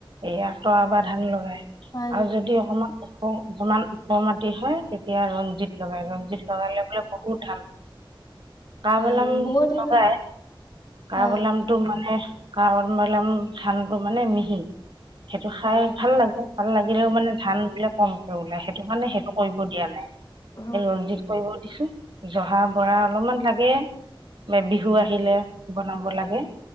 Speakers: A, on the right; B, on the left.
A: এই আঁতৰা বা ধান লগাই।
B: হয় নেকি
A: আৰু যদি অকমান। ওখ অকমান ওখ মাটি হয় তেতিয়া ৰঞ্জিত লগাই ৰঞ্জিত লগালে বোলে বহুত ধাল কবলাম
B: হয় বহুত দিনৰ
A: লগগাই ক
B: হয়
A: বলাম তোম মানে গৱ মল ধানটো মানে মিহি সেইটো খাই
B: হয়
A: ভাল লাগে ভাল লাগিলেও মানে ধান বোলে কমকে ওলাই সেইটো কাৰণে সেইটো কৰিব দিয়া নাই
B: অ
A: এই ৰঞ্জিত কৰিব দিছো জহা বৰা অলপমান লাগে। মে বিহু আহিলে। বনাব লাগে।